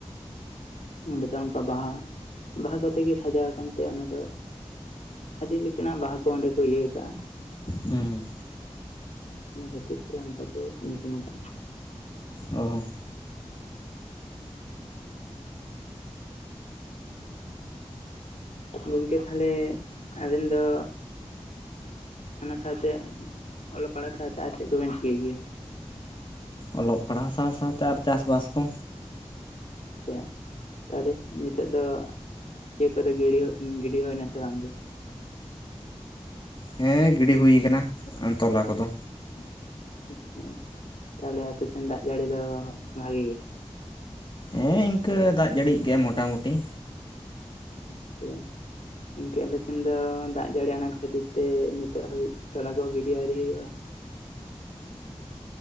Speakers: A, on the left (about 85°); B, on the left (about 45°).
A: ᱚᱸᱰᱮ ᱫᱚ ᱚᱱᱠᱟ ᱵᱟᱦᱟ, ᱵᱟᱦᱟ ᱠᱚᱛᱮ ᱜᱮ ᱥᱟᱡᱟᱣ ᱟᱠᱟᱱ ᱛᱮ ᱚᱸᱰᱮ ᱫᱚ ᱟᱹᱰᱤ ᱞᱮᱠᱟ ᱱᱟᱜ ᱵᱟᱦᱟ ᱠᱚ ᱚᱸᱰᱮ ᱠᱚ ᱤᱭᱟᱹ ᱠᱟᱜ-ᱟ
B: ᱦᱩᱸ ᱦᱩᱸ
A: ᱚᱱᱟ ᱠᱷᱟᱹᱛᱤᱨ ᱛᱮ ᱚᱱᱠᱟ ᱠᱚ ᱧᱩᱛᱩᱢ ᱠᱟᱜᱼᱟ
B: ᱚ ᱦᱚ
A: ᱜᱚᱝᱠᱮ ᱛᱟᱦᱚᱞᱮ ᱟᱵᱮᱱ ᱫᱚ ᱚᱱᱟ ᱥᱟᱶ ᱛᱮ ᱚᱞᱚᱜ ᱯᱟᱲᱦᱟᱜ ᱥᱟᱶ ᱛᱮ ᱟᱨ ᱪᱮᱫ ᱠᱚᱵᱮᱱ ᱪᱤᱠᱟᱹᱭ ᱜᱮᱭᱟ
B: ᱚᱞᱚᱜ ᱯᱟᱲᱦᱟᱣ ᱥᱟᱶ ᱥᱟᱶ ᱛᱮ ᱟᱨ ᱪᱟᱥ ᱵᱟᱥ ᱠᱚ
A: ᱪᱷᱟ ᱛᱟᱦᱞᱮ ᱱᱤᱛᱚᱜ ᱫᱚ ᱤᱭᱟᱹ ᱠᱚᱫᱚ ᱜᱤᱰᱤ ᱜᱤᱰᱤ ᱦᱩᱭ ᱱᱟ ᱥᱮ ᱵᱟᱝ ᱜᱮ?
B: ᱦᱮᱸ ᱜᱤᱰᱤ ᱦᱩᱭ ᱠᱟᱱᱟ ᱛᱚᱞᱟ ᱠᱚᱫᱚ᱾
A: <unintelligible> ᱛᱟᱦᱞᱮ ᱟᱯᱮ ᱥᱮᱱ ᱫᱟᱜ ᱡᱟᱹᱲᱤ ᱫᱚ ᱵᱷᱟᱜᱤ ᱜᱮ?
B: ᱦᱮᱸ ᱤᱝᱠᱟᱹ ᱫᱟᱜ ᱡᱟᱹᱲᱤᱜ ᱜᱮᱭᱟᱭ ᱢᱚᱴᱟ ᱢᱩᱴᱤ᱾
A: ᱟᱪᱪᱷᱟ ᱜᱚᱝᱠᱮ ᱟᱞᱮ ᱥᱮᱱ ᱫᱚ ᱫᱟᱜ ᱡᱟᱹᱲᱤ ᱟᱸᱱᱟᱴ ᱠᱷᱟᱹᱛᱤᱨ ᱛᱮ ᱱᱤᱛᱚᱜ ᱦᱟᱹᱵᱤᱡ ᱛᱚᱞᱟ ᱠᱚᱦᱚᱸ ᱜᱤᱰᱤ ᱟᱣᱨᱤ ᱦᱩᱭᱩᱜᱼᱟ᱾